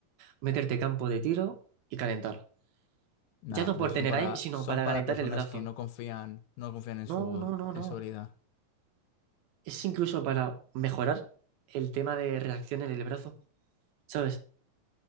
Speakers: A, on the right (about 90°); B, on the left (about 75°).
A: meterte campo de tiro y calentar.
B: Nada,
A: Ya no
B: pero
A: por
B: son
A: tener
B: para,
A: aim, sino
B: son
A: para
B: para
A: calentar
B: personas
A: el brazo.
B: que no confían, no confían en
A: No,
B: su,
A: no, no,
B: en
A: no.
B: su habilidad.
A: Es incluso para mejorar el tema de reacción en el brazo, ¿sabes?